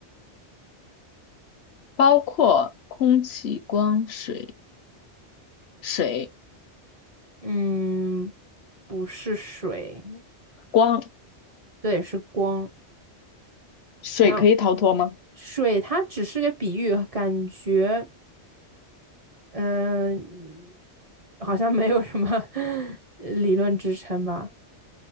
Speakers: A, on the left; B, on the right.
A: 包括空气、光、水、水、
B: 嗯，不是水，
A: 光、
B: 对，是光。
A: 水可以逃脱吗？
B: 然后水它只是个比喻，感觉嗯、好像没有什么 <laughs> 理论支撑吧。